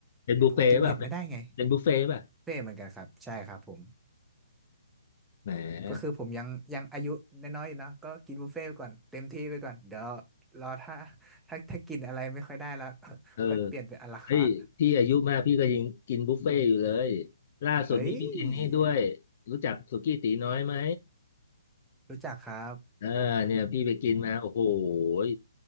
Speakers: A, on the left (about 40°); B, in the centre.
A: เป็นบุฟเฟ่ต์ป่ะเป็นเป็นบุฟเฟ่ต์ป่ะ
B: ผมกินเผ็ดไม่ได้ไงนะครับใช่ครับผม
A: แหม
B: ก็คือผมยังยังอายุน้อยๆอยู่เนอะก็กินบุฟเฟ่ต์ไปก่อนเต็มที่ไปก่อนเดี๋ยวรอถ้าถ้าถ้ากินอะไรไม่ค่อยได้แล้ว
A: เออ
B: <laughs> ค่อยเปลี่ยนเป็นอะลาคาร์ท
A: เฮ้ยพี่อายุมากพี่ก็ยังกินบุฟเฟ่ต์อยู่เลยล่าสุดนี้พี่กินนี่ด้วย
B: เฮ้ย
A: รู้จักสุกี้ตีน้อยไหม
B: รู้จักครับ
A: เออเนี่ยพี่ไปกินมาโอ้โห
B: อืม
A: ย